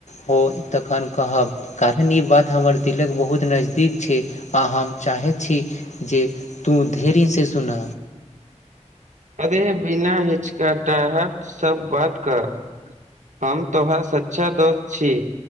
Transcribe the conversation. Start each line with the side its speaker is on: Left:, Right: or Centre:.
Left: हो तखन कहब कारण ई बात हमर दिल कऽ बहुत नजदीक छै आ हम चाहैत छी जे तू धैर्य से सुन
Right: अरे बिना हिचकटाहट स बात कर हम तोहरा सच्चा दोस्त छी